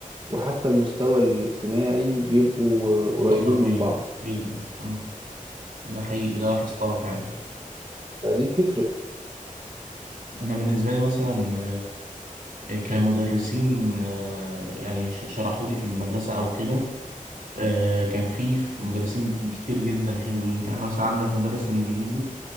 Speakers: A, on the right; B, on the right.
A: وحتى المستوى الاجتماعي بيبقوا قريبين
B: متقربين
A: من بعض
B: جدا مم. ده حقيقي ده لاحظتها فعلا
A: فدي بتفرق
B: انا بالنسبه لي مثلا آه، كمدرسين آه، يعني شرحوا لي في المدرسه او كده آه، كان في في مدرسين كتير جدا حلوين يعني مثلا عندك مدرس الانجليزي